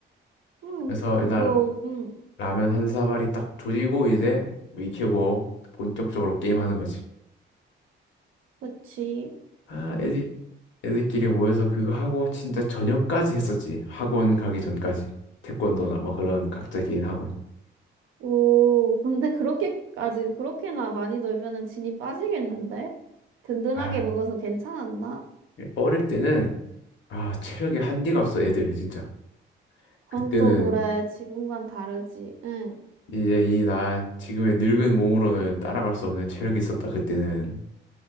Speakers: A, on the right (about 85°); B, on the left (about 70°).
A: 응.
B: 그래서
A: 그거,
B: 옛날
A: 응.
B: 라면 한 사발이 딱 조지고 이제 익히고 본격적으로 게임하는 거지.
A: 그치.
B: 아, 애들끼리 모여서 그거 하고 진짜 저녁까지 했었지. 학원 가기 전까지. 태권도나 뭐 그런 각자 개인 학원.
A: 오, 근데 그렇게까지, 그렇게나 많이 놀면은 진이 빠지겠는데? 든든하게
B: 아,
A: 먹어서 괜찮았나?
B: 어릴 때는 아, 체력이 한디가 없어 애들이 진짜.
A: 그건
B: 그때는
A: 또 그래. 지금과는 다르지. 응.
B: 이제 이 나 지금의 늙은 몸으로는 따라갈 수 없는 체력이 있었다 그때는.